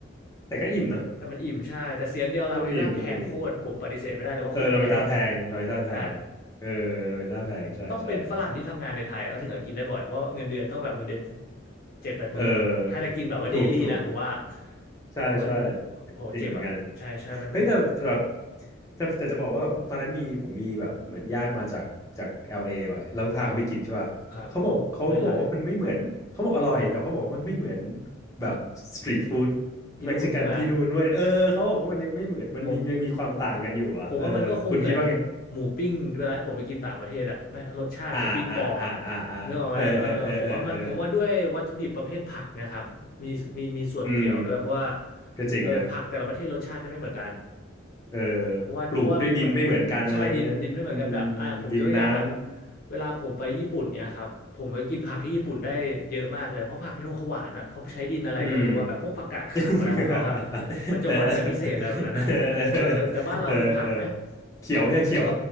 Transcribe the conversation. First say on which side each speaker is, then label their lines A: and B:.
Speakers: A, on the left; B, on the left.
A: แต่ก็อิ่มเนาะ
B: แต่มันอิ่มใช่แต่เสียงเดียวลามอนิต้าแพงโคตรผมปฏิเสธไม่ได้เลยว่าโคตรแพง
A: ถ้ามันอิ่มถ้ามันอิ่มเออลาเมต้าแพงลาเมต้าแพงเออลาเมต้าแพงใช่ใช่
B: แบบต้องเป็นฝรั่งที่ทำงานในไทยเขาถึงจะกินได้บ่อยเพราะเงินเดือนต้องแบบเงินเดือนเจ็ดแปดหมื่นบางถ้าจะกินแบบว่าเดลี่นะผมว่า
A: เออถูกถูก ใช่ใช่
B: เพราะมันโหเจ็บอ่ะใช่ใช่มันไม่ครับ
A: จริงเหมือนกันเฮ้ยแต่แต่แบบจะแต่จะบอกว่าแบบตอนนั้นมีผมมีแบบเหมือนญาติมาจากจาก l อลเอไว้แล้วก็พาเขาไปกินใช่ป่ะเขาบอกเขาเขาบอกว่ามันไม่เหมือนเขาบอกอร่อยแต่เขาบอกว่ามันไม่เหมือน
B: ครับครับเขาบอกไม่อร่อย
A: แบบสตรีทฟู้ด
B: ที่นู่นใช่ไหม
A: เม็กซิกันที่นู่นด้วยเออเขาบอกว่ามันยังไม่เหมือนมันมียังมีความต่างกันอยู่อ่ะเออคุณคิดว่าไง
B: ผม ผมว่ามันก็คงเหมือนหมูปิ้งเวลาผมไปกินต่างประเทศอะแม่งรสชาติหมูปิ้งปลอมอะ
A: อ่าอ่าอ่าอ่าอ่าเออเออเออเออเออ
B: นึกออกไหมเออผมว่ามันผมว่าด้วยวัตถุดิบประเภทผักนะครับมีมีมีส่วนเกี่ยวด้วยเพราะว่า
A: อืมก็จริงนะ
B: เออผักแต่ละประเทศรสชาติจะไม่เหมือนกัน
A: เออปลูกด้วยดินไม่เหมือนกันอะไรอย่างเงี้ยนะอืมดินน้ำ
B: เพราะว่าเพราะว่ามันใช่ดินดินไม่เหมือนกันแบบอ่าผมยกตัวอย่างแบบเวลาผมไปญี่ปุ่นเนี่ยครับผมก็กินผักที่ญี่ปุ่นได้เยอะมากเลยเพราะผักที่นู่นเขาหวานอะเขาใช้ดินอะไรก็ไม่รู้ว่าแบบพวกผักกาดขาวอะไรของเขาครับ
A: อืม <laughs>
B: มันจะหวานเป็นพิเศษอะไรแบบนั้นอะเออแต่บ้านเราคือผักแม่งโคตรเกอ
A: เออเออเออเออเออเขียวแค่เขียว